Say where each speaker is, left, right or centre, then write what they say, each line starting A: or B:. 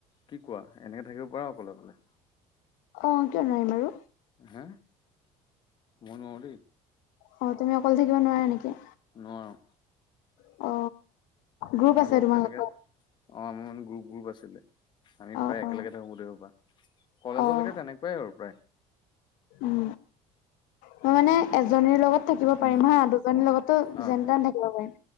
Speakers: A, on the left; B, on the left.
A: কি কোৱা এনেকৈ থাকিব পাৰা অকলে অকলে।
B: অঁ কিয় নোৱাৰিম বাৰু।
A: হা, মই নোৱাৰো দেই।
B: অঁ তুমি অকললে থাকিব নোৱাৰা নেকি?
A: নোৱাৰো।
B: অ গ্ৰুপ
A: আমাৰ
B: আছে
A: লগ
B: তোমালোকৰ?
A: তেনেকে অঁ আমাৰ মানে গ্ৰুপ গ্ৰুপ আছিলে আমি
B: অ
A: প্ৰায় একেলগে
B: অ
A: থাকো গোটেই সোপা। কলেজলৈকে
B: অ।
A: তেনেকুৱাই আৰু প্ৰায়।
B: উম, মই মানে এজনীৰ লগত থাকিব
A: উম
B: পাৰিম হাঁ দুজনীৰ লগতো
A: অ
B: যেন তেন থাকিব পাৰিম।